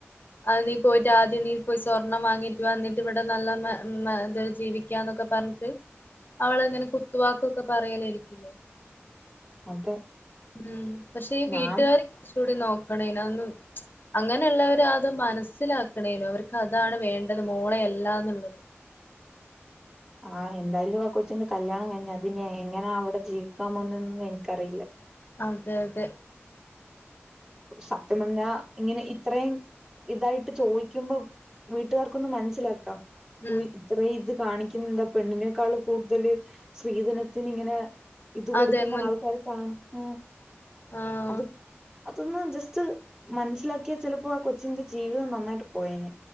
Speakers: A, on the left; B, on the right.
A: അത് നീ പോയിട്ട് ആദ്യം നീ പോയി സ്വർണം വാങ്ങിട്ട് വന്നിട്ട് ഇവിടെ നല്ല ഇത് ജീവിക്ക ന്നൊക്കെ പറഞ്ഞിട്ട് അവളെങ്ങനെ കുത്തുവാക്കും ഒക്കെ പറയലാരിക്കില്ലേ
B: അപ്പൊ
A: ഉം പക്ഷെ ഈ വീട്ടുകാർ
B: ഞാൻ
A: കുറച്ച്കൂടി നോക്കണം ഇന്നും അങ്ങനെയുള്ളവരാ അത് മനസ്സിലാക്കണേനും അവർക്ക് അതാണ് വേണ്ടത് മോളയല്ലാ എന്നുള്ളത്
B: ആ എന്തായാലും ആ കൊച്ചിന്റെ കല്യാണം കയിഞ്ഞ് അത് ഇനി എങ്ങനാ അവിടെ ജീവിക്കാ പോന്നൊന്നും എനിക്കറിയില്ല
A: അതെ അതെ
B: സത്യം പറഞ്ഞാ ഇങ്ങനെ ഇത്രയും ഇതായിട്ട് ചോദിക്കുമ്പോ വീട്ടുകാർക്കൊന്ന് മനസ്സിലാക്കാം
A: ഉം
B: ഇത്രയും ഇത് കാണിക്കുന്ന എന്താ പെണ്ണിനേക്കാൾ കൂടുതല് സ്ത്രീധനത്തിന് ഇങ്ങനെ ഇത് കൊടുക്കുന്നാ
A: അതെ മുൻ
B: ആൾക്കാര് കാണും
A: ആഹ്
B: അത് അതൊന്ന് ജസ്റ്റ് മനസ്സിലാക്കിയാൽ ചിലപ്പോ ആ കൊച്ചിന്റെ ജീവിതം നന്നായിട്ട് പോയേനെ